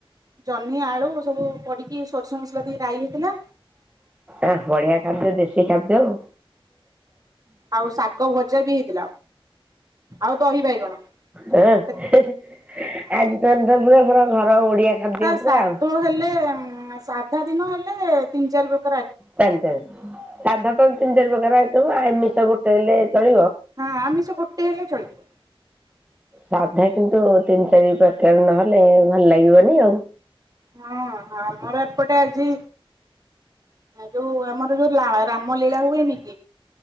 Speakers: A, on the right (about 40°); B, on the right (about 15°).
A: ଜହ୍ନି ଆଳୁ ସବୁ ପଡିକି ସୋରିଷ ମସଲା ଦେଇ ରାଇ ହେଇଥିଲା।
B: ଆ ବଢିଆ ଖାଦ୍ୟ ଦେଶୀ ଖାଦ୍ୟ ଆଉ।
A: ଆଉ ଶାକ ଭଜା ବି ହେଇଥିଲା ଆଉ ଦହି ବାଇଗଣ।
B: ହେ
A: ସେତିକି।
B: ହେ ଆଜି ତମେ ତ ପୁରା ପୁରା ଘର ଓଡିଆ ଖାଦ୍ୟ
A: ଆ
B: ପୁରା
A: ସାଧ
B: ଆଉ।
A: ହେଲେ ସାଧା ଦିନ ହେଲେ ତିନି ଚାରି ପ୍ର
B: <inaudible> ସାଧା ତ ତିନି ଚାରି ପ୍ରକାର ଆଇଟମ୍ ଆମିଷ ଗୋଟେ ହେଲେ ଚଳିବ।
A: ହଁ ଆମିଷ ଗୋଟେ ହେଲେ ଚଳିଜିବ।
B: ସାଧା କିନ୍ତୁ ତିନି ଚାରି ପ୍ରକାର ନହେଲେ ଭଲ ଲାଗିବନି ଆଉ।
A: ହଁ ଆମର ଏପଟେ ଆଜି ଯୋଉ ଆମର ଯୋଉ ହେଲା ରାମ ଲୀଳା ହୁଏନି କି